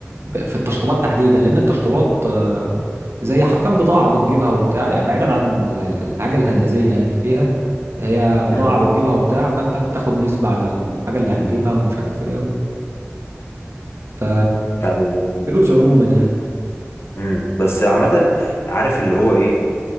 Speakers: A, on the right (about 60°); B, on the left (about 60°).
A: في التشطيبات تحديدا لأن التشطيبات آه، زي حرفيا بضاعة بتجيبها وبتاع يعني بعيدا عن ال- ال- الحاجة الهندسية يعني فيها هي بضاعة
B: امم
A: بتجيبها وبتاع فأنت بتاخد نسبة على الحاجة اللي هتجيبها ومش عارف ايه و- ف
B: أيوة. مم.
A: فلوس عموما يعني
B: مم. بس عامه عارف اللي هو ايه